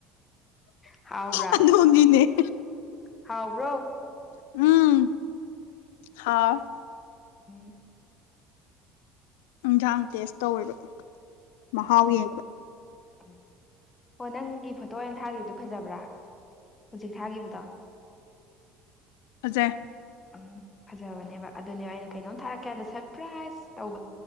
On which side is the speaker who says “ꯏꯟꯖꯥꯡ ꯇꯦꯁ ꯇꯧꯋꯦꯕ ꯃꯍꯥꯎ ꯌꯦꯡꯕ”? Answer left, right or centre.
Left